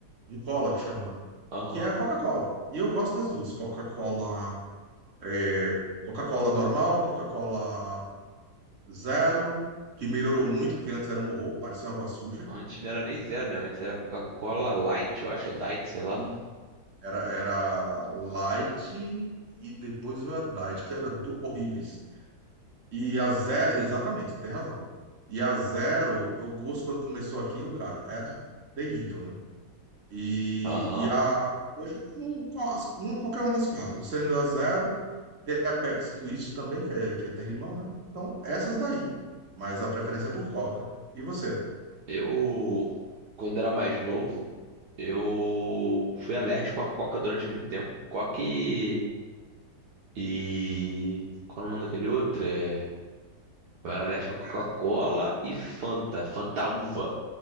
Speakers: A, on the right; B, on the right.
A: De cola que chama,
B: aham.
A: que é a Coca-Cola. E eu gosto das duas, Coca-Cola, é, Coca-Cola normal, Coca-Cola Zero, que melhorou muito, porque antes era um horror, parecia uma água suja.
B: Antes não era nem zero, né? Antes era Coca-Cola Light, eu acho,
A: Light.
B: ou Diet, sei lá.
A: Isso. Era, era Light e depois veio a Diet, que era do, horríveis. E a Zero, exatamente, você tem razão. E a Zero, o gosto quando começou aquilo, cara, era terrível, né? E,
B: Aham.
A: e a, hoje eu como qual- as- uma- qualquer uma das quatro, sendo a Zero, tem a Pepsi Twist também, que, é, que é- tem limão, né? Então, essas daí. Mas a preferência é por Coca. E você?
B: Eu, quando era mais novo, eu fui alérgico à Coca durante muito tempo. Coca e... e- Qual era o nome daquele outro? É... Eu era alérgico à Coca-Cola
A: Pepsi?
B: e Fanta, Fanta uva.